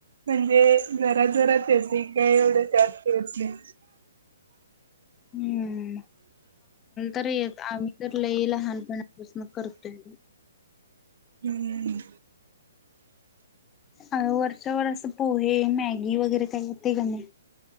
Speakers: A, on the right; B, on the left.
A: म्हणजे घरात घरात येते काय एवढं जास्तले.
B: हम्म. तर येत आम्ही तर लई लहानपणापासून करतोय.
A: हम्.
B: अ वरच्यावर असं पोहे मॅगी वगैरे काही येते का नाही.